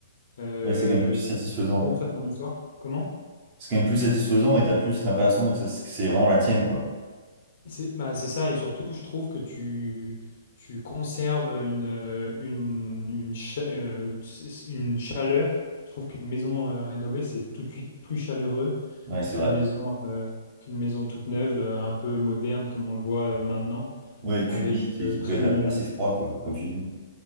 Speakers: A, on the left; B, on the right.
A: euh,
B: Ouais, c'est quand même plus
A: tu
B: satisfaisant.
A: construis ton histoire. Comment?
B: C'est quand même plus satisfaisant et t'as plus l'impression que ça- que c'est vraiment la tienne, quoi.
A: C'est bah, c'est ça, et surtout, je trouve que tu, tu conserves une, euh, une, une, cha- euh, c- c- une chaleur. Je trouve qu'une maison euh, rénovée, c'est tout de suite plus chaleureux
B: Ouais, c'est
A: qu'une
B: vrai.
A: maison, euh, qu'une maison toute neuve, euh, un peu moderne, comme on le voit euh, maintenant,
B: Ouais,
A: avec
B: cubique et
A: euh,
B: qui
A: très
B: peut être
A: minimaliste.
B: assez froid, quoi, comme tu dis.